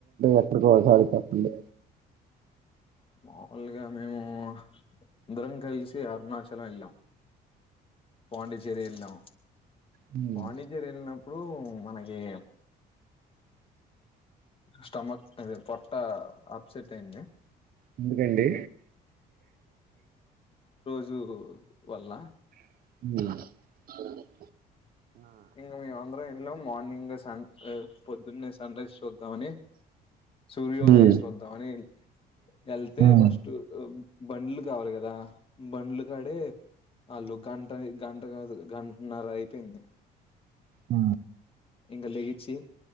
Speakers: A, on the right (about 60°); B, on the left (about 35°).
A: ఎక్కడికో ఓ కాడికి చెప్పండి
B: మాములుగా మేము అందరం కలిసి అరుణాచలం వెళ్ళాం పాండిచ్చేరి వెళ్లాం
A: హ్మ్.
B: పాండి చెర్రీ ఎల్లినప్ ప్పుడు మన ఎ స్టమక్ అదే పొట్ట అప్సెట్ అయింది
A: ఎందుకండీ
B: జూ వల్ల
A: హు
B: ఇంగ మేము అందరం ఎల్లం మార్నింగ్ సన్ పొద్దున్నే సన్ రైజ్ చూద్దామని సూర్యోదయం
A: హ్మ్.
B: చూద్దాం అని ఏల్తే
A: హ్మ్.
B: ఫస్టు బండ్లు కావాలి కదా బండ్లు కాడే ఆళ్ళు గంట గంట కాదు గంటన్నర అయిపోయింది
A: ఊ
B: ఇంక లేచి